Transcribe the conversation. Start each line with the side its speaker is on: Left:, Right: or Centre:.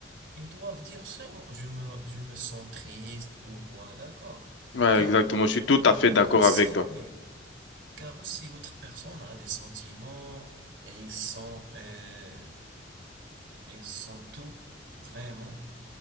Right: Ils doivent dire seulement, je me, je me sens triste ou quoi, d'accord.
Left: Ouais,
Right: Car,
Left: exactement.
Right: euh,
Left: Je suis tout à fait d'accord
Right: car aussi,
Left: avec toi.
Right: oui, car aussi l'autre personne a des sentiments et ils sont, euh, euh, ils sont tout, vraiment.